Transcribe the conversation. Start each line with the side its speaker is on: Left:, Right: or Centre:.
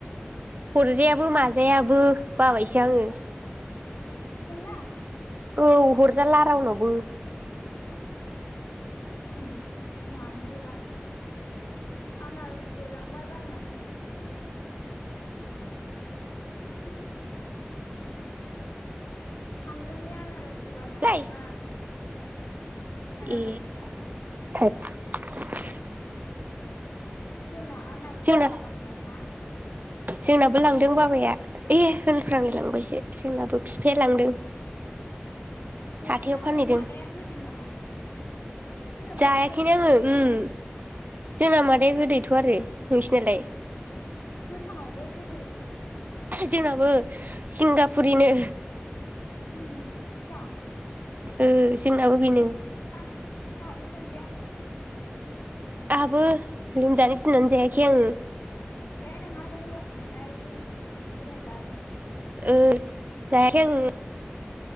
Right: हरजायाबो माजायाबो बाबायसो आङो।
Left: <unintelligible>
Right: औ हरजाला रावनावबो
Left: ओम मानो बेबा आनारसबो लांबाय बायनानै होम थामजौनि आनारस <unintelligible>
Right: लाय
Left: आनारस
Right: ए
Left: फिथाइ
Right: <unintelligible>
Left: जोंना आनारस
Right: जोंना
Left: बागान दं ना
Right: जोंनाबो लांदों बाबाया ए होनफ्रांलाय लांबायसो जोंनाबो बिफाया लांदों
Left: नोंसिनाबो
Right: हाथायाव फानहैदों
Left: मादाया गोदै नामा सोरनाबा
Right: जायाखैनो
Left: सोरनाबा मादाया
Right: आङो उम
Left: <unintelligible>
Right: जोंना मादाया गोदैथ' आरो नोंसिनालाय
Left: उम गोथाङाबो गोदै
Right: जोंनाबो सिंगापुरिनो
Left: <unintelligible>
Right: ओ जोंनाबो बेनो
Left: आं आंहाथ मोनजाया
Right: आहाबो लोमजानो गिनानै जायाखै आङो।
Left: जोंहा आरो गगा मोननाय बिदि दे हदा जा
Right: ओ जायखै आं